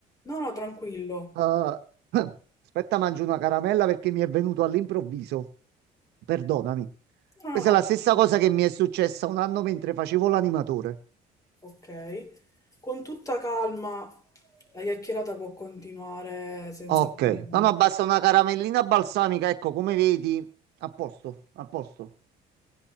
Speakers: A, on the left (about 20°); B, on the right (about 75°).
A: No, no, tranquillo.
B: Eh, <coughs> aspetta, mangio una caramella perché mi è venuto all'improvviso. Perdonami.
A: No,
B: Questa
A: no,
B: è la
A: no.
B: stessa
A: figura-
B: cosa che mi è successa un anno mentre facevo l'animatore.
A: Ok. Con tutta calma la chiacchierata può continuare senza
B: Ok,
A: problemi.
B: no, no, basta una caramellina balsamica, ecco, come vedi, a posto, a posto.